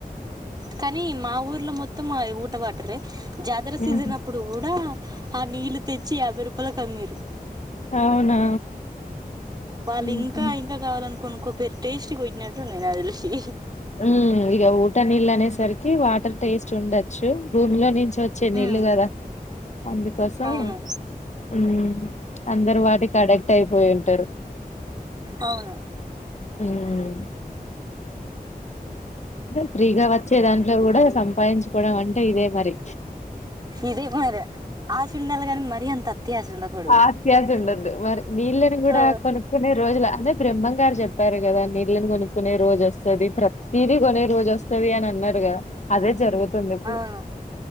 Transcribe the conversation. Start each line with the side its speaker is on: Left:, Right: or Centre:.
Right: కానీ మా ఊర్లో మొత్తం ఊట వాటరే జాతర సీజన్
Left: ఉహు.
Right: అప్పుడు కూడా ఆ నీళ్లు తెచ్చి యాభై రూపాయలకు అమ్మీరు
Left: అవునా
Right: వాళ్ళు
Left: ఉమ్
Right: ఇంకా ఇంకా కావాలనుకుని కొనుక్కున్నరు టేస్ట్ కొట్టినట్టు ఉన్నాయి నాకు తెలిసి
Left: మ్మ్ ఇగ ఊట నీళ్ళు అనేసరికి వాటర్ టేస్ట్ ఉండొచ్చు భూమిలో నుంచి వచ్చే నీళ్లు
Right: ఉమ్
Left: కదా అందుకోసం
Right: అవును
Left: మ్మ్ అందరు వాటికాడే ఆగు పోయి ఉంటారు
Right: అవును
Left: ఉమ్ ఫ్రీగా వచ్చే దాంట్లో కూడా సంపాదించు కోవడమంటే ఇదే మరి
Right: ఇదే మరి ఆశ ఉండలి కాని మరీ అంత ఆశ ఉండకూడదు
Left: ఆత్యాశ ఉండద్దు మరి నీళ్ళని కూడా
Right: ఆ
Left: కొనుక్కునే రోజుల అదే బ్రహ్మ గారు చెప్పారు కదా నీళ్ళని కొనుక్కునే రోజు వస్తుంది ప్రతీదీ కొనే రోజు వస్తుది అని న్నారు కదా అదే జరుగుద్ది ఇప్పుడు
Right: అవును